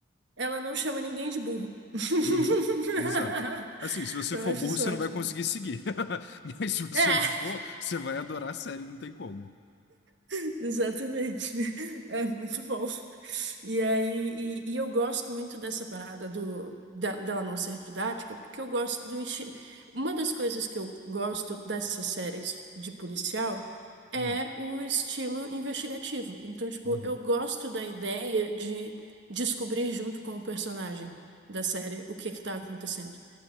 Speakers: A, on the right (about 65°); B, on the left (about 55°).
A: Ela não chama ninguém de burro. <laughs>
B: Uhum, exato. Assim, se você
A: Eu
B: for
A: acho
B: burro,
A: isso
B: você
A: ótimo.
B: não vai conseguir seguir. <laughs> Mas se você
A: É,
B: não for, você vai adorar a série, não tem como.
A: <laughs> exatamente. É muito bom. E aí, e, e eu gosto muito dessa parada do, da- dela não ser didática, porque eu gosto do estilo. Uma das coisas que eu gosto dessas séries de policial é
B: Hum,
A: o estilo investigativo. Então, tipo,
B: uhum,
A: eu gosto da ideia de descobrir junto com o personagem da série o que que tá acontecendo.